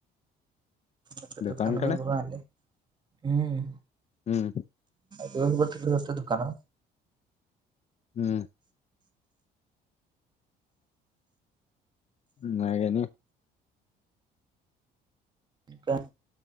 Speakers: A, on the right; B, on the left.
A: आता दुकान
B: दुकानकडे
A: बंद करून आलय. हम्.
B: हम्म
A: दिवसभर तिकडचं असत दुकाना वर.
B: हम्म. नाही आणि
A: का